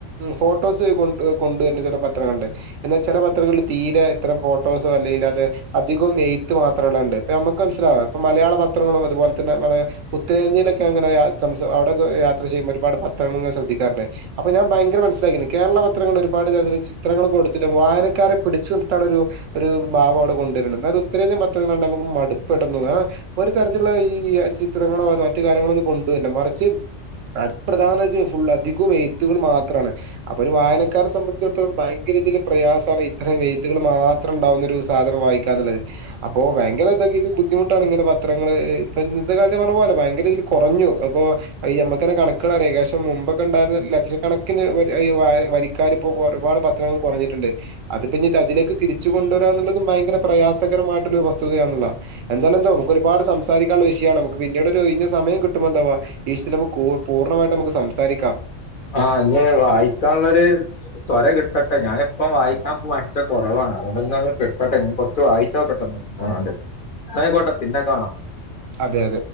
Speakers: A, on the right; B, on the left.
A: ഫോട്ടോസ് കൊ കൊണ്ടുവരുന്ന ചില പത്രങ്ങളണ്ട് എന്നാൽ ചില പത്രങ്ങളിൽ തീരെ ഇത്തരം ഫോട്ടോസോ അല്ലങ്കിൽ അത് അധികവും എയ്ത്ത് മാത്രമേ ഉണ്ട് ഇപ്പ നമുക്ക് മനസ്സിലാവുക ഇപ്പം മലയാള പത്രങ്ങളും അതുപോലെ തന്നെ നമ്മളെ ഉത്തരേന്ത്യയിലൊക്കെ അങ്ങനെ സം അവിടെ യാത്ര ചെയുമ്പോ ഒരുപാട് പത്രങ്ങളും ഞാൻ ശ്രദ്ധിക്കാറുണ്ട് അപ്പൊ ഞാൻ ഭയങ്കര മനസ്സിലാക്കുന്നു കേരള പത്രൾ ഒരുപാട് ചിത്രങ്ങൾ കൊടുത്തിട്ടും വായനക്കാരെ പിടിച്ചു നിർത്താന ഒരു ഒരു ഭാവം അവിടെ കണ്ടുവരുന്നുണ്ട് എന്നാലും ഉത്തരേന്ത്യൻ പത്രങ്ങള നമുക്ക് മടുപ്പ് ഇല്ല ഒരു തരത്തിലുള്ള ഈ ചിത്രങ്ങളോ മറ്റു കാര്യങ്ങളോ ഒന്നും കൊണ്ടുവരില്ല മറിച്ച് പ്രധാന ഫുൾ അധികവും എഴ്ത്തുകൾ മാത്രമാണ് അപ്പൊ ഒരു വായനക്കാരെ സംബന്ധിച്ചിടത്തോളം ഭയങ്കര രീതിൽ പ്രയാസമാണ് ഇത്രയും എഴ്ത്തുകൾ മാത്രം ഉണ്ടാവുന്നൊ ഒരു സാധനം വായിക്കാ എന്നുള്ളത് അപ്പോൾ ഭയങ്കര ബുദ്ധിമുട്ടാണ് ഇങ്ങനെ പത്രങ്ങള് ഇപ്പൊ ഇന്നത്തെ കാലത്ത് പറഞ്ഞു പോലോ ഭയങ്കര ഇതിൽ കുറഞ്ഞു അപ്പൊ നമ്മുക്ക് തന്നെ കണക്കുകളൾറിയേഷം മുമ്പൊക്കെ ഉണ്ടായിരുന്ന ലക്ഷക്കണക്കിന് വരിക്കാരി ഇപ്പോ ഒരുപാട് പത്രങ്ങൾ കുറഞ്ഞിട്ടുണ്ട് അത് ഇനി പ്പ അതിലേക്ക് തിരിച്ചു കൊണ്ടുവരാ എന്നുള്ളതും ഭയങ്കര പ്രയാസകരമായിട്ടുള്ളരു വസ്തുതയാണുള്ള എന്താലുംന്തോ ഒരുപാട് സംസാരിക്കാനുള്ള വിഷയമാണ് നമക്ക് പിന്നീട് ഒരു ഒയിഞ്ഞ സമയം കിട്ടി മ്പോ എന്തവാ ഈ നമുക്ക് പൂർണ്ണമായിട്ട് നമുക്ക് സംസാരിക്കാം
B: ആഹ് <unintelligible> വായിക്കാനുള്ളരു വര കി ട്ടട്ടെ ഞാനിപ്പം വായിക്കാൻ ഇഷ്ടം കുറവാണ് അതോന്ന ഒന്ന് കിട്ടട്ടെ ഇ കുറച്ച് വായിച്ചോ ട്ടന്ന് ആ അതെ ആയ്ക്കോട്ടെ പിന്നെ കാണാം
A: അതെ അതെ